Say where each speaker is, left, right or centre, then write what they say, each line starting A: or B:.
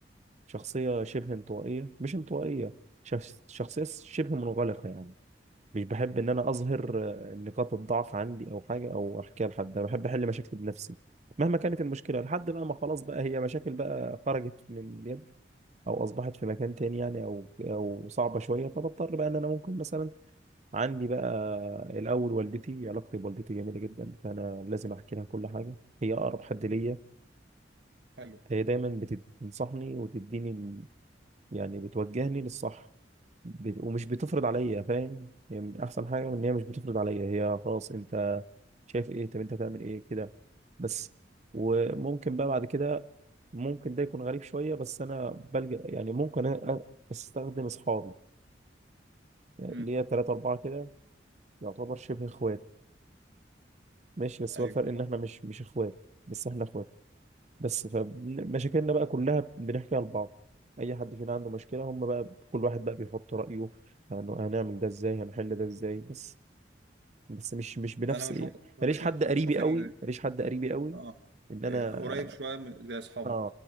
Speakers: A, on the right (about 40°); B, on the right (about 70°).
A: شخصيه شبه انطوائيه مش انطوائيه شخص... شخصيه شبه منغلقه يعني مش بحب ان انا اظهر آه، نقاط الضعف عندي او حاجه او احكيها لحد انا بحب احل مشاكلي بنفسي مهما كانت المشكله لحد بقى ما خلاص بقى هي مشاكل بقى خرجت من اليد او اصبحت في مكان تاني يعني او او صعبه شويه فبضطر بقى ان انا ممكن مثلا عندي بقى الاول والدتي علاقتي بوالدتي جميله جدا فانا لازم احكي لها كل حاجه هي اقرب حد ليا
B: حلو
A: هي دايما بتنصحني وتديني ال- يعني بتوجهني للصح ب- ومش بتفرض عليا فاهم هي من احسن حاجه ان هي مش بتفرض عليا هي خلاص انت شايف ايه طب انت هتعمل ايه كده بس وممكن بقى بعد كده ممكن ده يكون غريب شويه بس انا بلجأ يعني ممكن أ- استخدم اصحابي اللي
B: مم.
A: هي ثلاثة أربعة كده يعتبر شبه إخوات ماشي بس
B: ايوه
A: هو الفرق
B: صح
A: إن إحنا مش مش إخوات بس إحنا إخوات بس فمشاكلنا بقى كلها بنحكيها لبعض أي حد فينا عنده مشكلة هم بقى كل واحد بقى بيحط رأيه يعني هنعمل ده إزاي هنحل ده إزاي بس بس مش مش بنفس
B: انا بشوف
A: ايه
B: بشوف
A: ماليش حد
B: بشوف
A: قريبي قوي
B: ال...
A: ماليش حد قريبي قوي
B: اه
A: ان انا
B: إيه، قريب شوية من- زي اصحابك
A: اه